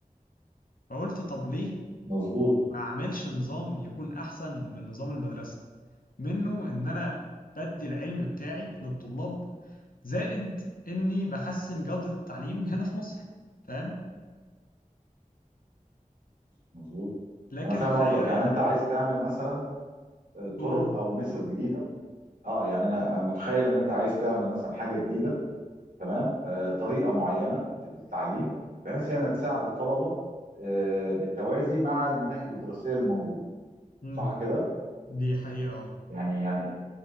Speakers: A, on the left; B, on the right.
A: فقلت طب ليه
B: مظبوط
A: ما اعملش نظام يكون احسن من نظام المدرسه منه ان انا بدي العلم بتاعي للطلاب زائد اني بحسن جوده التعليم هنا في مصر فاهم
B: مظبوط
A: لكن
B: انا فاهم
A: الحقيقه
B: قصدك
A: يعني
B: يعني انت عايز تعمل مثلا آه،
A: قول
B: طرق
A: قول
B: او ميثود جديده اه يعني انا متخيل ان انت عايز تعمل مثلا حاجه جديده تمام آه، طريقه معينه في التعليم بحيث انها تساعد الطلبه آه، بالتوازي مع المناهج الدراسيه اللي موجوده
A: امم
B: صح كده
A: دي حقيقه اه
B: يعني يعني